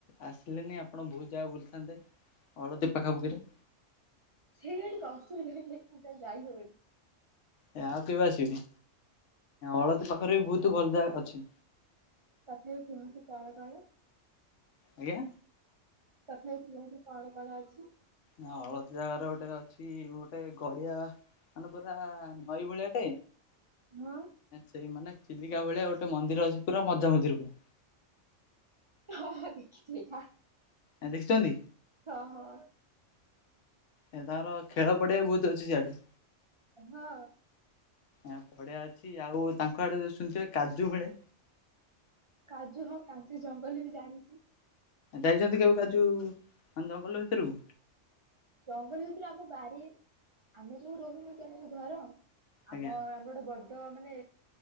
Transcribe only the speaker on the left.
ଆସିଲେନି ଆପଣ ବହୁତ ଜାଗା ବୁଲିଥାନ୍ତେ। ଅଳତୀ ପାଖାପୁଖିରେ।
ଏ ଆଉ କେବେ ଆସିବେ? ଅଳଦୀ ପାଖରେ ବି ବହୁତ ଭଲ ଜାଗା ଅଛି।
ଆଜ୍ଞା।
ନା ଅଳଦୀ ଜାଗାରେ ଗୋଟେ ଅଛି ଗୋଟେ ଗଡିଆ। ମାନେ ପୁରା ନଈ ଭଳିଆଟେ
ସେଇ ମାନେ ଚିଲିକା ଭଳିଆ ଗୋଟେ ମନ୍ଦିର ଅଛି ପୁରା ମଝା ମଝିରେ ପୁରା।
ଏ ଦେଖିଛନ୍ତି?
ଏ ତାଙ୍କର ଖେଳ ପଡିଆ ବି ବହୁତ ଅଛି ସିଆଡେ।
ଆ ପଡିଆ ଅଛି ଆଉ ତାଙ୍କ ଆଡେ ଯୋଉ ଶୁଣିଥିବେ କାଜୁ ମିଳେ।
ଯାଇଛନ୍ତି କେବେ କାଜୁ ମାନେ ଜଙ୍ଗଲ ଭିତରକୁ?
ଆଜ୍ଞା